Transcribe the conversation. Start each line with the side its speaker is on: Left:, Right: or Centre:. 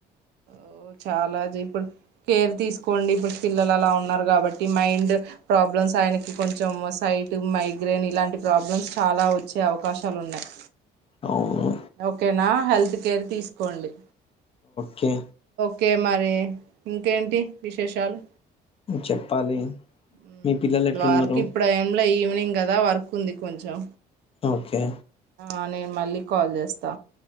Right: ఓ చాలజిప్పు కేర్ తీసుకోండి ఇప్పుడు పిల్లలు అలా ఉన్నారు కాబట్టి మైండ్ ప్రాబ్లమ్స్ ఆయనకి కొంచెం సైట్ మైగ్రైన్ ఇలాంటి ప్రాబ్లమ్స్ చాలా వచ్చే అవకాశాలు ఉన్నాయి
Left: అవును
Right: ఓకేనా హెల్త్ కేర్ తీసుకోండి
Left: కే
Right: కె మరి ఇంకేంటి విశేషాలు?
Left: చెప్పాలి
Right: ఉమ్
Left: మీ పిల్లలు ఎట్లున్నారు
Right: ద్వారికిప్పుడ ఏంలె య్యు ఈవినింగ్ గదా వర్క్ ఉంది కొంచెం
Left: ఓకే
Right: ఆ నేన్ మళ్ళీ కాల్ చేస్తా